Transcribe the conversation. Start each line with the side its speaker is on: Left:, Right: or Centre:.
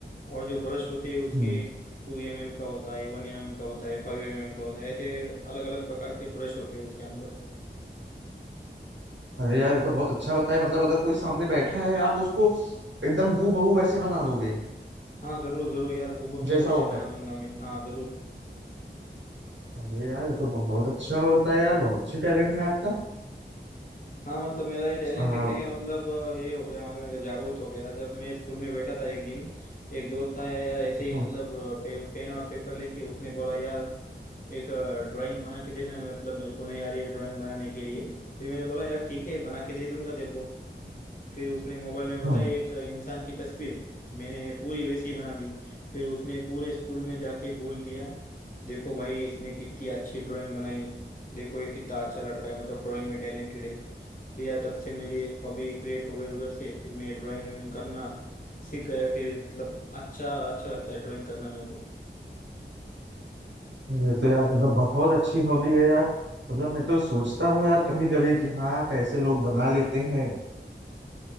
Left: और जो ब्रश होते हैं उसके
Right: हम्म
Left: टू एम एम का होता है वन एम एम का होता है फाइव एम एम का होता है ऐसे अलग अलग प्रकार के ब्रश होते हैं उसके अंदर
Right: अरे यार ये तो बहुत अच्छा बताया मतलब अगर कोई सामने बैठा है आप उसको एकदम हूबहू वैसे बना दोगे
Left: हाँ जरूर जरूर यार हूबहू
Right: जैसा
Left: वैसे
Right: होता
Left: बना दूंगा मैं हाँ जरूर
Right: है अरे यार ये तो बहुत अच्छा बताया यार बहुत अच्छी टैलेंट है आपका
Left: हाँ मतलब मेरा ये टैलेंट
Right: आ,
Left: कैसे गया मतलब अ, ये हो गया मालूम है कि जागरूक हो गया जब मैं स्कूल में बैठा था एक दिन एक दोस्त आया यार ऐसे ही
Right: हम्म,
Left: मतलब अ, पे, पेन और पेपर लेके उसने बोला यार एक ड्राइंग बना के देना मतलब मेरे को नहीं आ रही है ड्राइंग बनाने के लिए फिर मैंने बोला यार ठीक है बना के दे दूंगा तेरे को फिर उसने मोबाइल में बताई
Right: हम्म,
Left: एक इंसान की तस्वीर मैंने पूरी वैसी बना दी फिर उसने पूरे स्कूल में जाके बोल दिया देखो भाई इसने कितनी अच्छी ड्राइंग बनाई देखो ये कितना अच्छा लड़का है मतलब ड्राइंग में टैलेंटेड है फिर यार तब से मेरी एक हॉबी क्रिएट हो गई उधर से फिर मैं ड्राइंग करना सीख गया फिर मतलब अच्छा अच्छा लगता है ड्राइंग करना मेरे को
Right: हम्म। ये तो यार मतलब बहुत अच्छी हॉबी है यार मतलब मैं तो सोचता हूँ यार कभी कभी कि हाँ कैसे लोग बना लेते हैं